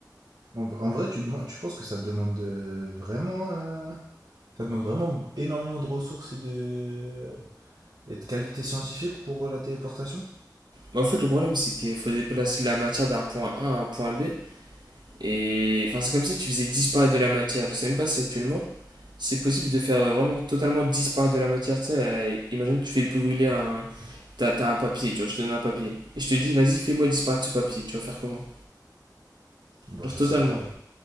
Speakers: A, on the right; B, on the right.
A: En, en vrai, tu demandes, tu penses que ça demande euh, vraiment, euh, ça demande vraiment énormément de ressources et de, et de qualité scientifique pour euh, la téléportation?
B: Mais en fait, le problème, c'est qu'il faut déplacer de la matière d'un point A à un point B. Et enfin, c'est comme si tu faisais disparaître de la matière. Je sais même pas si actuellement c'est possible de faire vraiment totalement disparaître de la matière. Tu sais, euh, imagine, tu fais brûler un. T'as t'as un papier, tu vois, je te donne un papier. Et je te dis, vas-y, fais-moi disparaître ce papier. Tu vas faire comment?
A: Bah,
B: Genre
A: je
B: totalement,
A: sais pas là.